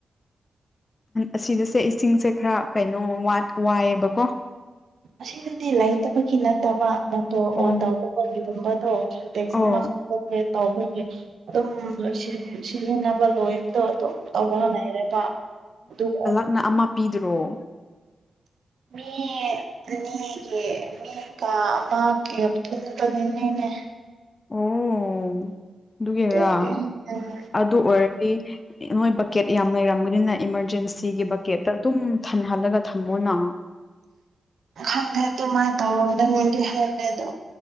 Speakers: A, on the left; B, on the right.
A: ꯑꯁꯤꯗꯁꯦ ꯏꯁꯤꯡꯁꯦ ꯈꯔ ꯀꯩꯅꯣ ꯋꯥꯠ ꯋꯥꯏꯑꯦꯕꯀꯣ
B: ꯑꯁꯤꯗꯗꯤ ꯂꯩꯇꯕꯒꯤ ꯅꯠꯇꯕ ꯃꯣꯇꯣꯔ ꯑꯣꯟ
A: ꯑꯣ
B: ꯇꯧꯕꯒ ꯒꯤꯒꯨꯝꯕꯗꯣ ꯁꯦꯟꯇꯦꯛ
A: ꯑꯣ
B: ꯑꯃꯈꯛꯇꯅꯦ ꯇꯧꯕꯒꯤ ꯑꯗꯨꯝ ꯂꯣꯏ ꯁꯤꯖꯤꯟ ꯁꯤꯖꯤꯟꯅꯕ ꯂꯣꯏꯕꯗꯣ ꯑꯗꯨꯝ ꯇꯧꯔꯒ ꯂꯩꯔꯦꯕ ꯑꯗꯨꯒ
A: ꯅ ꯑꯃ ꯄꯤꯗ꯭ꯔꯣ
B: ꯃꯤ ꯑꯅꯤꯒꯤ ꯃꯤꯒ ꯑꯃꯥ ꯀꯦꯌꯞ ꯄꯨꯟꯕꯅꯤꯅꯤꯅꯦ
A: ꯑꯣ ꯑꯗꯨꯒꯤꯔ
B: ꯑꯗꯨꯒꯤ ꯎꯝ
A: ꯑꯗꯨ ꯑꯣꯏꯔꯗꯤ ꯃꯣꯏ ꯕꯛꯀꯦꯠ ꯌꯥꯝ ꯂꯩꯔꯝꯕꯅꯤꯅ ꯏꯃꯥꯔꯖꯦꯟꯁꯤꯒꯤ ꯕꯛꯀꯦꯠꯇ ꯇꯨꯝ ꯊꯟꯍꯜꯂꯒ ꯊꯝꯃꯣꯅ
B: ꯈꯪꯗꯦ ꯑꯇꯨꯃꯥꯏ ꯇꯧꯔꯅꯅꯤꯂꯤ ꯍꯥꯏꯕꯅꯦ ꯑꯗꯣ